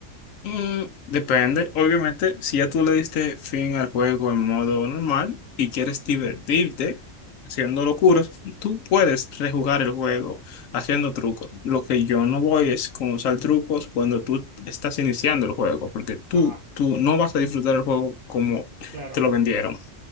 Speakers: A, on the left; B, on the right.
A: Mm, depende. Obviamente, si ya tú le diste fin al juego en modo normal y quieres divertirte
B: Mm,
A: haciendo locuras, tú puedes rejugar el juego haciendo trucos. Lo que yo no voy es con usar trucos cuando tú estás iniciando el juego, porque tú,
B: ah,
A: tú no vas a disfrutar el juego como
B: claro,
A: te lo vendieron.